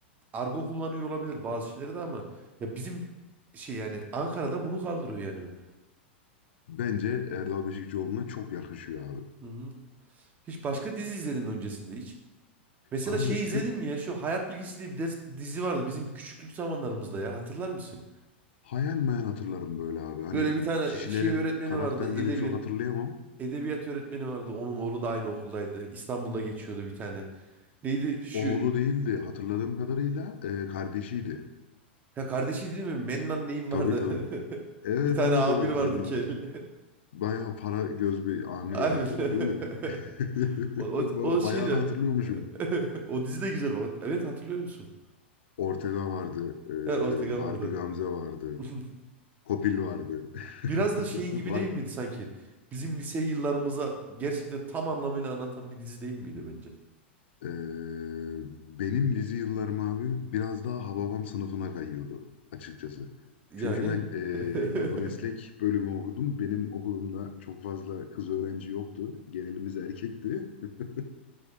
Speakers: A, on the right; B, on the left.
A: argo kullanıyor olabilir bazı şeyleri de ama ya bizim şey yani Ankara'da bunu kaldırıyor yani.
B: Bence Erdal Beşikçioğlu'na çok yakışıyor abi.
A: Hı-hı. Hiç başka dizi izledim öncesinde hiç. Mesela
B: Abi
A: şeyi izledin
B: Türk
A: mi ya? Şu Hayat Bilgisi diye bir ders, dizi vardı bizim küçüklük zamanlarımızda ya. Hatırlar mısın?
B: Hayal meyal hatırlarım böyle abi. Hani
A: Böyle bir tane
B: kişileri,
A: e, şey öğretmeni
B: karakterleri
A: vardı. Edebiyat
B: çok hatırlayamam.
A: edebiyat öğretmeni vardı. Onun oğlu da aynı okuldaydı. İstanbul'da geçiyordu bir tane. Neydi şu?
B: Oğlu değildi hatırladığım kadarıyla e, kardeşiydi.
A: Ya kardeşi değil mi? Mennan neyim
B: Tabii
A: vardı?
B: tabii. Evet
A: <laughs> Bir tane
B: evet
A: amir
B: evet
A: vardı
B: Mennan.
A: kel. <laughs>
B: Bayağı para göz bir amir
A: Aynen.
B: vardı değil mi? <laughs>
A: <laughs> O, o,
B: Baya-
A: o şey
B: Bayağı
A: de
B: da hatırlıyormuşum.
A: <laughs> o dizi de güzel bak. Evet hatırlıyor musun?
B: Ortega vardı.
A: Ha, Ortega
B: e, Barbie
A: vardı.
B: Gamze vardı.
A: <laughs>
B: Kopil vardı. <laughs>
A: Biraz da şey
B: Ba-
A: gibi değil miydi sanki? Bizim lise yıllarımıza gerçekten tam anlamıyla anlatan bir dizi değil miydi bence?
B: Ee, benim dizi yıllarım abi biraz daha Hababam sınıfına kayıyordu açıkçası.
A: Yani
B: Çünkü ben e,
A: <laughs>
B: yapı meslek bölümü okudum. Benim okulumda çok fazla kız öğrenci yoktu. Genelimiz erkekti. <laughs>